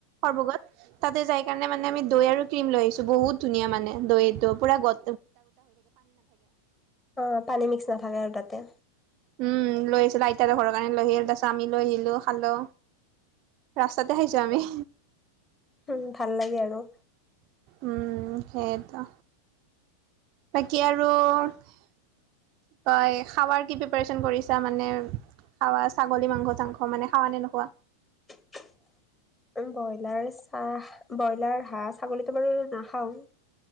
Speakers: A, on the right (about 40°); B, on the left (about 15°).
A: হৰ্বগত। তাতে যায় কাৰণে মানে আমি দৈ আৰু ক্ৰীম লৈ আহিছো বহুত ধুনীয়া মানে দৈটো পুৰা গ
B: অ পানী মিক্স নাথাকে আৰু তাতে।
A: উম লৈ আহছিলো আইতাতে ঘৰৰ কাৰণে লৈ আহিল তাৰপিছত আমি লৈ আহিলো খালো। ৰাস্তাতে হাহিছো আমি।
B: উম ভাল লাগে আৰু।
A: উম সেইটো। বাকী আৰু? তই খাৱাৰ কি প্ৰিপাৰেচন কৰিছা মানে? খাৱা ছাগলী মাংস চাংস মানে খাৱা নে নোখোৱা?
B: <inaudible> ব্ৰইলাৰ চাহ ব্ৰইলাৰ হাঁহ ছাগলীতটো বাৰু নাখাও।